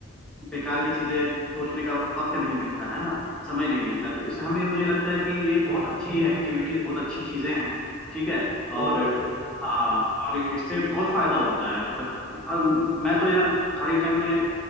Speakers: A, in the centre; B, on the left.
A: बेकार की चीजें सोचने का वक्त नहीं मिलता है ना समय नहीं मिलता तो इस हमें मुझे लगता है कि ये
B: हाँ
A: बहुत अच्छी एक्टिविटीज बहुत अच्छी चीजें हैं ठीक है
B: बहुत
A: और
B: अच्छी है
A: हाँ
B: हाँ
A: और इससे बहुत फायदा होता है मतलब अब मैं तो यार खाली टाइम में